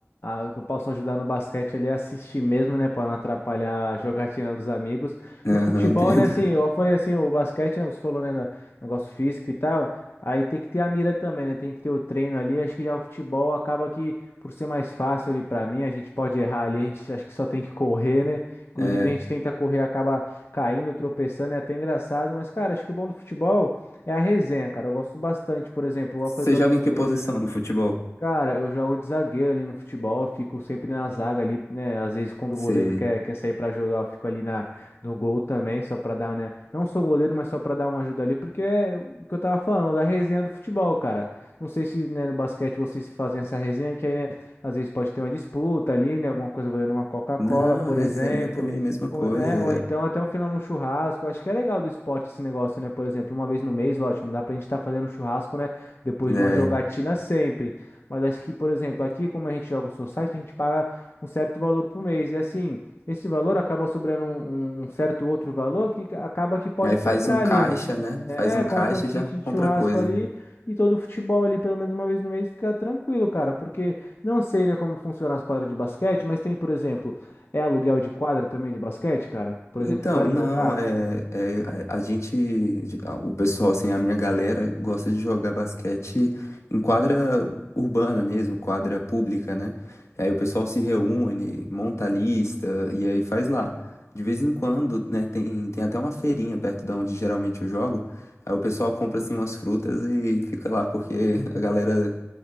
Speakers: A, on the left; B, on the left.
A: a- o que eu posso ajudar no basquete ali é assistir mesmo, né? Para não atrapalhar a jogatina dos amigos.
B: Aham,
A: No futebol,
B: <laughs> entendo.
A: né, assim, eu falei assim, o basquete, né? Você falou, né, no- negócio físico e tal. Aí tem que ter a mira também, né? Tem que ter o treino ali. Acho que já o futebol acaba que, por ser mais fácil ali para mim, a gente pode errar ali, a gente acho que só tem que correr, né? Inclusive,
B: É,
A: a gente tenta correr, acaba caindo, tropeçando, é até engraçado. Mas, cara, acho que o bom do futebol. É a resenha, cara. Eu gosto bastante, por exemplo, igual
B: você
A: eu falei pra
B: joga
A: você.
B: em que posição no futebol?
A: Cara, eu jogo de zagueiro ali no futebol, fico sempre na zaga ali, né? Às vezes quando o
B: Você.
A: goleiro quer, quer sair pra jogar, eu fico ali na, no gol também, só pra dar, né? Não sou goleiro, mas só pra dar uma ajuda ali, porque é o que eu tava falando, da resenha do futebol, cara. Não sei se, né, no basquete vocês fazem essa resenha, que aí, né, às vezes pode ter uma disputa ali, né? Alguma coisa valendo uma Coca-Cola,
B: Não,
A: por
B: resenha
A: exemplo.
B: também, é mesma
A: Ou,
B: coisa.
A: é, ou então até um final um churrasco. Acho que é legal do esporte esse negócio, né? Por exemplo, uma vez no mês, lógico, não dá pra gente estar fazendo churrasco, né? Depois
B: É, né?
A: de uma jogatina sempre. Mas acho que, por exemplo, aqui, como a gente joga um society, a gente paga um certo valor por mês. E assim, esse valor acaba sobrando um, um um certo outro valor que ca- acaba que pode
B: Aí
A: comprar
B: faz um caixa,
A: ali um kit,
B: né?
A: né?
B: Faz um
A: É, compra
B: caixa
A: um kit
B: e já compra
A: de churrasco
B: coisa.
A: ali e todo o futebol ali, pelo menos uma vez no mês, fica tranquilo, cara. Porque não sei, né, como funciona as quadras de basquete, mas tem, por exemplo, é aluguel de quadra também de basquete, cara? Por exemplo,
B: Então,
A: pra jogar?
B: não, é, é a, a gente, a- o pessoal, assim, a minha galera gosta de jogar basquete em quadra urbana mesmo, quadra pública, né? Aí o pessoal se reúne, monta a lista e aí faz lá. De vez em quando, né, tem, tem até uma feirinha perto da onde geralmente eu jogo. Aí o pessoal compra, assim, umas frutas e fica lá, porque <laughs> a galera